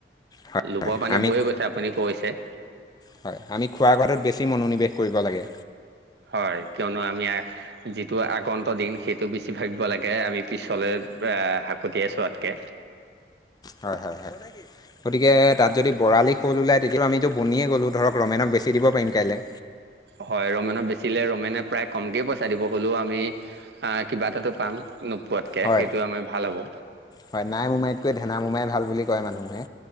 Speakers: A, on the left; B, on the right.
A: হয়
B: লোভৰ
A: হয়
B: পানী
A: আমি
B: বৈ গৈছে আপুনি কৈছে
A: হয় আমি খোৱা বোৱাটোত বেছি মনোনিৱেশ কৰিব লাগে
B: হয় কিয়নো আমি আই যিটো আগন্ত দিন সেইটো বেছি ভাবিব লাগে, আৰু পিছলৈ হা-হাকতিয়াই চোৱাতকে।
A: হয়, হয়, হয়। গতিকে তাত যদি বৰালি, শ'ল ওলায় তেতিয়াতো আমিতো বনিয়ে গ'লোঁ ধৰক ৰমেনক বেছি দিব পাৰিম কাইলে।
B: হয় ৰমেনক বেচিলে, ৰমেনে প্ৰায় কমকে পইচা দিব হ'লও আমি আহ কিবা এটাটো পাম নোপোৱাতকে,
A: হয়
B: সেইটো আমাৰ ভাল হ'ব।
A: হয় নাই মোমাইতকৈ ধেনা মোমাই ভাল বুলি কয় মানুহে,